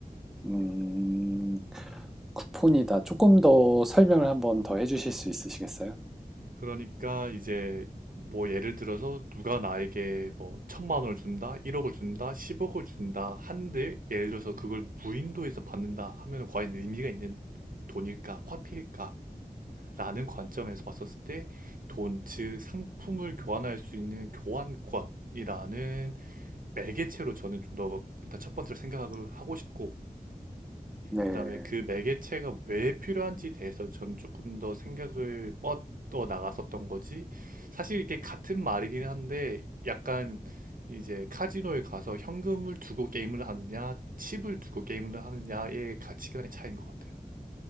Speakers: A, in the centre; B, on the right (about 65°).
A: 음, 쿠폰이다. 조금 더 설명을 한번 더 해주실 수 있으시겠어요?
B: 그러니까 이제 뭐 예를 들어서 누가 나에게 뭐 천만 원을 준다, 1억을 준다, 10억을 준다 한들 예를 들어서 그걸 무인도에서 받는다 하면 과연 의미가 있는 돈일까, 화폐일까? 라는 관점에서 봤었을 때 돈, 즉 상품을 교환할 수 있는 교환권이라는 매개체로 저는 좀 더 일단 첫 번째로 생각을 하고 싶고
A: 네.
B: 그다음에 그 매개체가 왜 필요한지에 대해서 저는 조금 더 생각을 뻗어 나갔었던 거지 사실 이게 같은 말이긴 한데 약간 이제 카지노에 가서 현금을 두고 게임을 하느냐 칩을 두고 게임을 하느냐의 가치관의 차이인 것 같아요.